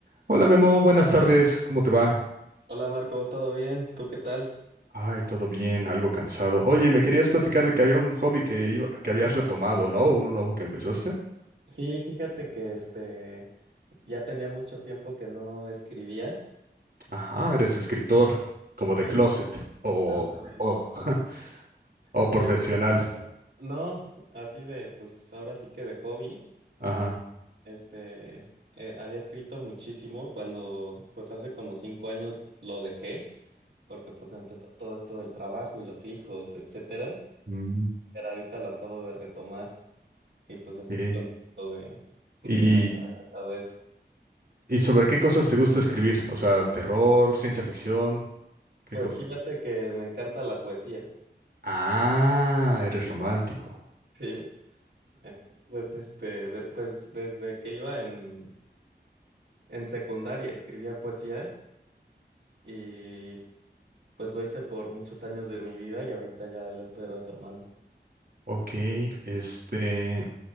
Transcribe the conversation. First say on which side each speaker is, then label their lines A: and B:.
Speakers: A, on the right; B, on the right.
A: Hola Memo, buenas tardes, ¿cómo te va?
B: Hola Marco, ¿todo bien? ¿Tú qué tal?
A: Ay, todo bien, algo cansado. Oye, me querías platicar de que había un hobby que, iba- que habías retomado, ¿no? Uno nuevo que empezaste.
B: Sí, fíjate que este ya tenía mucho tiempo que no escribía.
A: Ajá, eres escritor, como
B: Sí,
A: de closet, o,
B: ándale.
A: o, <laughs> o
B: Ya
A: profesional.
B: tenía- no, así de, pues ahora sí que de hobby.
A: Ajá.
B: Este eh, había escrito muchísimo cuando, pues hace como cinco años lo dejé, porque pues empezó todo esto del trabajo y los hijos, etcétera.
A: Mm,
B: Pero ahorita lo acabo de retomar y pues estoy
A: sí.
B: contento de, de
A: ¿Y,
B: haber regresado a eso.
A: y sobre qué cosas te gusta escribir? O sea, terror, ciencia ficción, ¿qué
B: Pues
A: cosa?
B: fíjate que me encanta la poesía.
A: Ah, eres romántico.
B: Sí. Entonces, este, de- pues desde que iba en, en secundaria escribía poesía y pues lo hice por muchos años de mi vida y ahorita ya lo estoy retomando.
A: Ok, este...